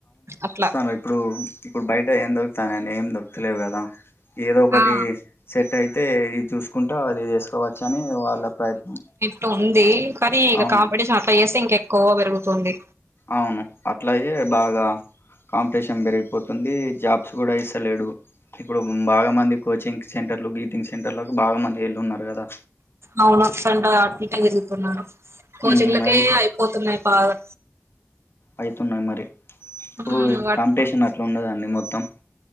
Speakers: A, on the right; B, on the left.
A: అట్లా
B: ఆ ఇప్పుడు ఇప్పుడు బయట ఏం దొరుకుతానండి ఏం దొరుకుతలేవు కదా ఏదో ఒకటి
A: ఆ
B: సెట్ అయి తే ఇది చూసుకుంటా అది చేసుకోవచ్చు అని వాళ్ళ ప్రయత్నం
A: తుంది కానీ ఇక
B: అవును
A: కాంపిటీషన్ అట్లా చేస్తే ఇంక ఎక్కువ పెరుగుతుంది
B: అవును అట్లాగే బాగా కాంపిటీషన్ పెరిగిపోతుంది జాబ్స్ కూడా ఇస్తలేడు ఇప్పుడు బాగా మంది కోచింగ్ సెంటర్లు గీటింగ్ సెంటర్లకు బాగా మంది వెళ్ళున్నారు కదా
A: అవును సండ అటు ఇటే తిరుగుతున్నారు కోచింగ్‌లకే
B: ఉమ్, మరి
A: అయిపోతున్నాయి బాగా
B: అయితున్నాయి మరి ఇప్పుడు
A: ఉమ్ అట్
B: కాంపిటీషన్ అట్లా ఉన్నదండి మొత్తం